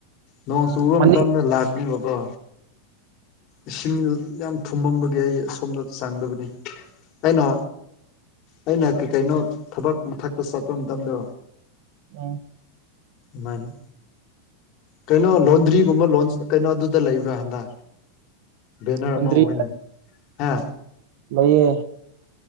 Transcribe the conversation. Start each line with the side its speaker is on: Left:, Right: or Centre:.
Left: ꯅꯣꯡ ꯆꯨꯕ
Right: ꯃꯅꯤꯡ
Left: ꯃꯇꯝꯗ ꯂꯥꯛꯅꯦꯕꯀꯣ ꯏꯁꯤꯡ ꯌꯥꯝ ꯊꯨꯝꯃꯝꯕꯒꯤ ꯑꯩ ꯑꯁꯣꯝꯗ ꯆꯪꯗꯕꯅꯤ ꯑꯩꯅ ꯑꯩꯅ ꯀꯩ ꯀꯩꯅꯣ ꯊꯕꯛ ꯃꯊꯛꯇ ꯆꯠꯄ ꯃꯇꯝꯗꯣ
Right: ꯑꯝ
Left: ꯃꯥꯅꯦ ꯀꯩꯅꯣ ꯂꯣꯟꯗ꯭ꯔꯤꯒꯨꯝꯕ ꯂꯣꯟꯁ ꯀꯩꯅꯣ ꯑꯗꯨꯗ ꯂꯩꯕ꯭ꯔꯥ ꯑꯗꯥ ꯕꯦꯅꯔ
Right: ꯍꯨꯟꯗ꯭ꯔꯤ
Left: ꯑꯃ ꯑꯣꯏꯌꯦꯅꯦ ꯍꯥ
Right: ꯂꯩꯌꯦ